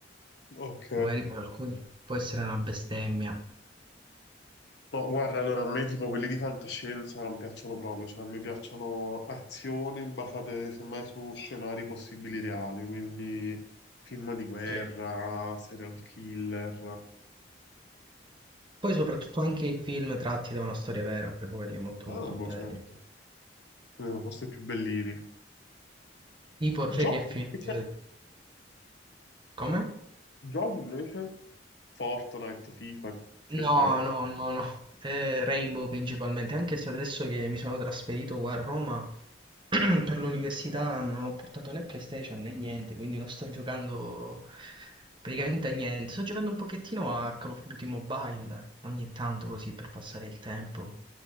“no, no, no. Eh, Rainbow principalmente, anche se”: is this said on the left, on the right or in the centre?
Right